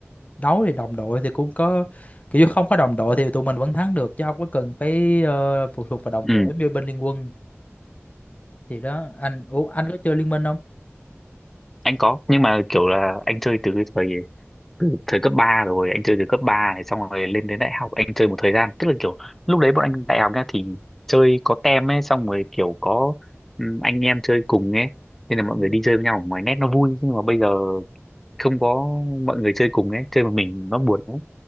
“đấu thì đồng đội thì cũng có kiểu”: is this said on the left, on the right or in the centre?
Left